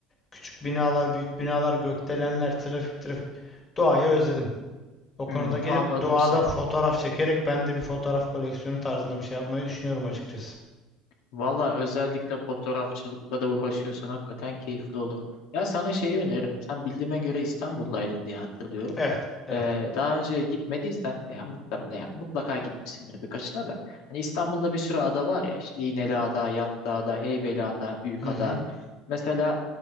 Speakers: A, on the left (about 20°); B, on the left (about 70°).
A: Küçük binalar, büyük binalar, gökdelenler, trafik, trafik. Doğayı özledim. O konuda
B: Hmm,
A: gelip
B: anladım
A: doğada
B: seni.
A: fotoğraf çekerek ben de bir fotoğraf koleksiyonu tarzında bir şey yapmayı düşünüyorum açıkçası.
B: Valla özellikle fotoğrafçılıkla da uğraşıyorsan hakikaten keyifli olur. Ya sana şeyi öneririm. Sen bildiğime göre İstanbul'daydın diye hatırlıyorum.
A: Evet, evet.
B: Ee, daha önce gitmediysen veya muhtemelen ya mutlaka gitmişsindir birkaçına da. Hani İstanbul'da bir sürü ada var ya işte İğneliada, Yassıada, Heybeliada, Büyükada.
A: Hı hı,
B: Mesela